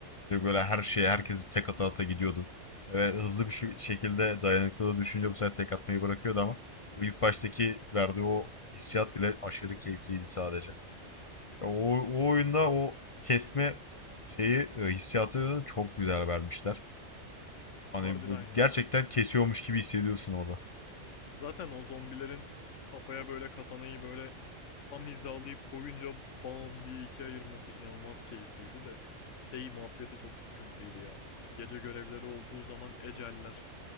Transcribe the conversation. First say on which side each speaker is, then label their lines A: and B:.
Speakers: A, on the left; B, on the left.
A: Ve Böyle her şeye herkesi tek ata ata gidiyordun. Ve hızlı bir şu- şekilde dayanıklılığı düşünce bu sefer tek atmayı bırakıyordu ama o ilk baştaki verdiği o hissiyat bile aşırı keyifliydi sadece. O, o oyunda o kesme şeyi e, hissiyatı çok güzel vermişler. Hani
B: Harbiden
A: bu-
B: ya.
A: gerçekten kesiyormuş gibi hissediyorsun orada.
B: Zaten o zombilerin kafaya böyle katanayı böyle tam hizalayıp koyunca bam diye ikiye ayırması inanılmaz keyifliydi de. Şey muhabbeti çok sıkıntıydı ya. Gece görevleri olduğu zaman eceller.